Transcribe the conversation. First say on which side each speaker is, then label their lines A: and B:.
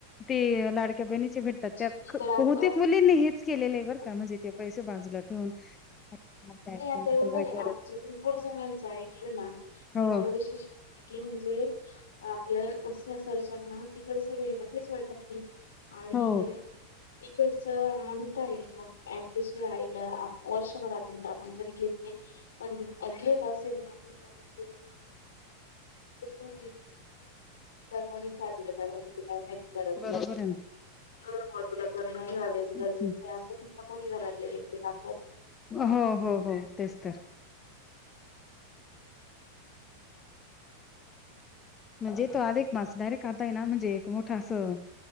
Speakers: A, on the left; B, on the left.
A: ते लाडक्या बहिणीच चे भेटतात ते अख
B: मी तर आता
A: बहुतेक मुलींनी हेच केलेलं आहे बरं
B: हो,
A: का म्हंजे ते पैसे बाजूला ठेवून मग काय
B: मी आता एवढे
A: वगैरे
B: आहे आमच्या भरपूर झनांनच एकलं ते ना ते
A: हो
B: मला विशेष <unintelligible> म्हंजे आपल्याला अ सासरच्यांना तिकडचं गेलं कि च वैतागले आणि
A: हो
B: <unintelligible> तिकडचं आणता हाये मग ॲटलिस्ट तुझ्या आईला वर्ष घरातून <unintelligible> घेत नाही पण घेत असेल ना तर <unintelligible> पण कोणी साजरं करायल की माहिती काय करत नाही
A: बरोबर आहे
B: कर बॉ तुला करणं या वेळेस गरजेचे
A: ना
B: असं सुद्धा कोणी घरातले व्यक्ती दाखवत
A: हो हो हो तेच तर. म्हंजे तो आधिक मास डायरेक्ट आता आहे ना म्हणजे एक मोठा असं